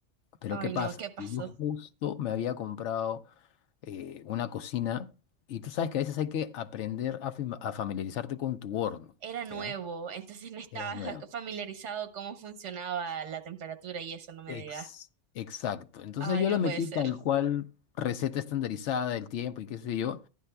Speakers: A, on the left; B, on the right.
A: Pero
B: Ay,
A: ¿qué pasa?
B: no, ¿qué pasó?
A: Que yo justo me había comprado eh, una cocina y tú sabes que a veces hay que aprender a, fam- a familiarizarte con tu horno,
B: Era nuevo,
A: ¿ya?
B: entonces no estaba
A: Era nuevo.
B: familiarizado cómo funcionaba la temperatura y eso no me
A: Ex-
B: digas.
A: exacto. Entonces
B: Ay,
A: yo
B: no
A: lo metí
B: puede ser.
A: tal cual, receta estandarizada, el tiempo y qué sé yo,